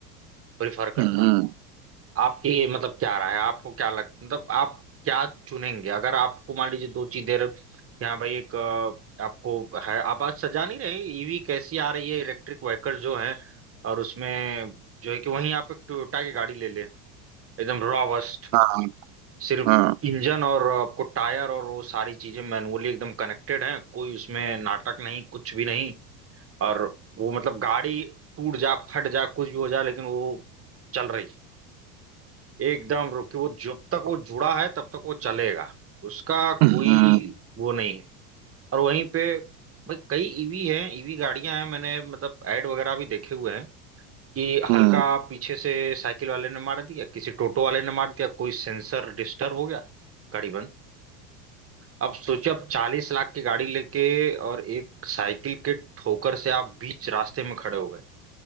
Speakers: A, on the right (about 30°); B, on the right (about 50°).
A: प्रेफर करता
B: हम्म
A: हूँ
B: हम्म,
A: आपकी मतलब क्या राय है आपको क्या लग मतलब आप क्या चुनेंगे अगर आपको मान लीजिए दो चीजें र- कि हाँ भाई एक अ, आपको है आप आज सजा नहीं रहे ईवी कैसी आ रही है इलेक्ट्रिक व्हीकल जो है और उसमें जो है कि वहीं आप एक टोयोटा की गाड़ी ले ले एकदम रॉबस्ट
B: हाँ
A: सिर्फ
B: हाँ
A: इंजन और आपको टायर और वो सारी चीजें मैनुअली एकदम कनेक्टेड हैं कोई उसमें नाटक नहीं कुछ भी नहीं और वो मतलब गाड़ी टूट जा फट जा कुछ भी हो जा लेकिन वो चल रही है एकदम रुक के वो जब तक वो जुड़ा है तब तक वो चलेगा उसका कोई
B: हम्म हम्म
A: वो नहीं है और वहीं पे भाई कई ईवी हैं ईवी गाड़ियां हैं मैंने मतलब ऐड वगैरह भी देखे हुए हैं कि
B: हम्म।
A: हल्का पीछे से साइकिल वाले ने मार दिया किसी टोटो वाले ने मार दिया कोई सेंसर डिस्टर्ब हो गया गाड़ी बंद अब सोचिए आप चालीस लाख की गाड़ी लेके और एक साइकिल के ठोकर से आप बीच रास्ते में खड़े हो गए